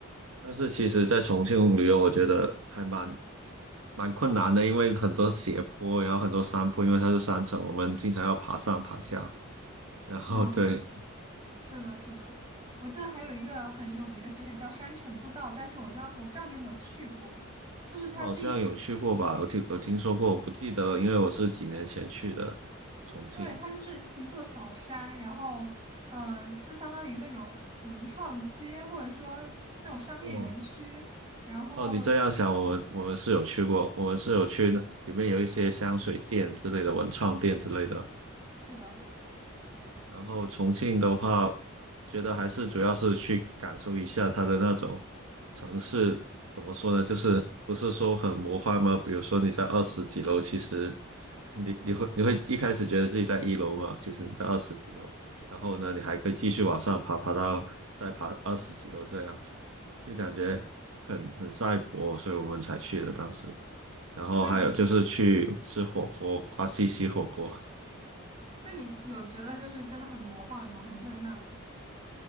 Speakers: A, on the right (about 75°); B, on the right (about 20°).
A: 但是其实，在重庆旅游，我觉得还蛮蛮困难的，因为很多斜坡，然后很多山坡，因为它是山城，我们经常要爬上爬下。然后
B: 嗯，
A: <laughs>，对，
B: 是的，是的，我记得还有一个很有名的景点叫山城步道，但是我知道我不知道你有没有去过，就是它是一，
A: 好像有去过吧？我听有听说过，我不记得了，因为我是几年前去的重庆。
B: 对，它就是一座小山，然后呃，就相当于那种文创街或者说那种商业园区，
A: 哦，
B: 然后
A: 哦，你这样想，我们我们是有去过，我们是有去那里面有一些香水店之类的、文创店之类的，
B: 是的。
A: 然后重庆的话，觉得还是主要是去感受一下它的那种城市，怎么说呢？就是不是说很魔幻吗？比如说你在二十几楼，其实你你会你会一开始觉得自己在一楼嘛，其实你在二十几楼，然后呢，你还可以继续往上爬，爬到再爬二十几楼这样，就感觉很很赛博，所以我们才去的当时。然后还有就是去吃火锅，
B: 那你
A: 花西西火锅，
B: 那你有觉得就是真的很魔幻吗？很震撼吗？